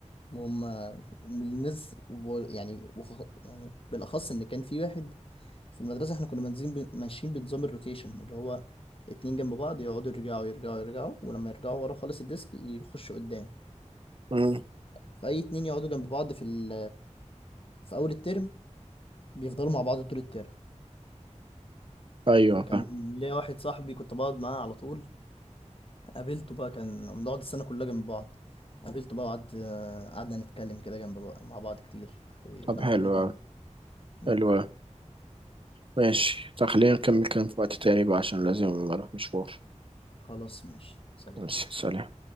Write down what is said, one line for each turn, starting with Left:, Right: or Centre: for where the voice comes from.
Left: وهم والناس وب- يعني وخ... يعني بالأخص إن كان في واحد في المدرسة احنا كنا منزين ب... ماشيين بنظام الروتيشن اللي هو اتنين جنب بعض يقعدوا يرجعوا يرجعوا يرجعوا ولما يرجعوا ورا خالص الديسك يخشوا قدام
Right: مم.
Left: فأي اتنين يقعدوا جنب بعض في ال... في أول الترم بيفضلوا مع بعض طول الترم
Right: أيوة
Left: فكان
Right: فاهم
Left: ليا واحد صاحبي كنت بقعد معاه على طول قابلته بقى كان بنقعد السنة كلها جنب بعض قابلته بقى وقعد آه، قعدنا نتكلم كده جنب بقى مع بعض كتير في
Right: طب
Left: لما
Right: حلو
Left: كبرنا
Right: أوي،
Left: يعني. مم.
Right: حلو أوي. ماشي طب خلينا نكمل كلام في وقت تاني بقى عشان لازم أروح مشوار
Left: خلاص ماشي سلام
Right: ماشي سلام